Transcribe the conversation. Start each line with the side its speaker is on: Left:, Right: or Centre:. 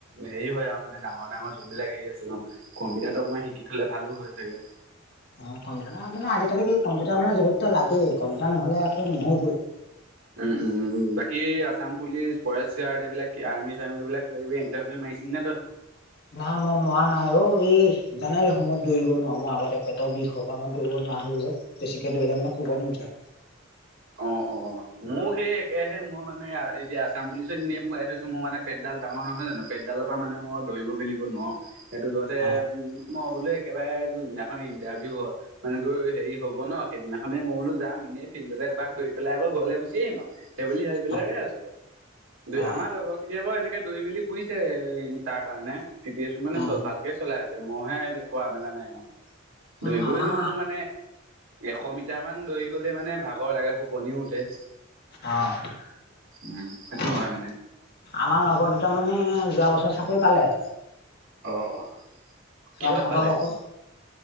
Right: হেৰি হয় আৰু, মানে ডাঙৰ ডাঙৰ যোনবিলাক হেৰি আছে ন, কম্পিউটাৰটো অকণমান শিকি থ'লে ভালো হয় চাগে।
Left: অ', কম্পিটাৰ মানে আজিকালি কি, কম্পিউটাৰ মানে যতে ততেই লাগেই, কম্পউটাৰ নহ'লে একো নহ'ইগেই।
Right: উম উম, বাকী আছাম পুলিচ, ফৰেষ্ট গাৰ্ড এইবিলাক আৰ্মি চাৰ্মি এইবিলাক কিবা কিবি ইণ্টাৰভিউ মাৰিছিলি নে তই?
Left: নাই, মই মৰা নাইঔ, এই জানাই দেখোন, মই দৌৰিব নোৱাৰোঁ, মই আগতে পেটৰ বিষৰ পৰা মই দৌৰিব নোৱাৰা হ'লো যে। বেছিকে দৌৰিলে মানে ফুপনি উঠে।
Right: অ', অ', অ'। মোক সেই একেহে, মই মানে এতিয়া আছাম পুলিচত এনেই পুৱাই থৈছোঁ, মোৰ মানে পেটডাল ডাঙৰ নহয় জানো? পেটডালৰ পৰা মানে মই দৌৰিব মেলিব নোৱাৰো, সেইটো যহতে
Left: অ
Right: উম, মই বোলো একেবাৰে যোনদিনাখন ইণ্টাৰভিউ হয় মানে তোৰ, হেৰি হ'ব ন, সেইদিনাখনেই মই বোলো যাম, এনেই ফিল্ডতে এপাক দৌৰি পেলাই আকৌ ঘৰলৈ গুচি আহিম আৰু, সেইবুলি ভাবি পেলাই
Left: অ
Right: ৰৈ আছোঁ আৰু, দু
Left: অ
Right: আমাৰ লগৰ খিনিয়ে বাৰু এনেকে দৰি মেলি ফুৰিছে ইনতাৰ কাৰণে, প্ৰিপিৰেচন মানে
Left: অ অ
Right: ভালকেই চলাই আছে। মইহে এইবিলাক কৰা মেলা নাই আৰু,
Left: অ
Right: দৌৰিবই
Left: আমাৰ
Right: নোৱাৰো মোৰ মানে এশ মিটাৰ মান দৌৰি গ'লেই মানে ভাগৰ লাগে, ফোপনিও উঠে।
Left: অ'।
Right: উম সেইটো
Left: <unintelligible>
Right: হয় মানে
Left: আমাৰ লগৰ দুটামানে এই যোৱা বছৰ চাকৰি পালে।
Right: অ', অ'। কিহত
Left: বা তাহতৰ
Right: পালে
Left: লগৰ,